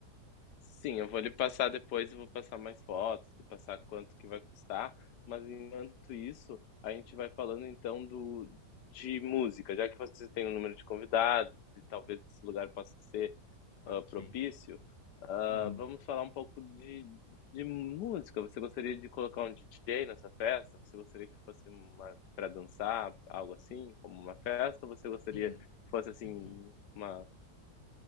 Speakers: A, on the left; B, on the left.
A: Sim, eu vou lhe passar depois e vou passar mais fotos e passar quanto que vai custar. Mas enquanto isso, a gente vai falando então do de música, já que você tem um número de convidados e talvez esse lugar possa ser
B: Ok.
A: ah, propício. ah,
B: Hum.
A: vamos falar um pouco de, de música. Você gostaria de colocar um DJ nessa festa? Você gostaria que fosse uma para dançar, algo assim, como uma festa? Ou você gostaria
B: Sim.
A: que fosse assim
B: <clears throat>
A: uma,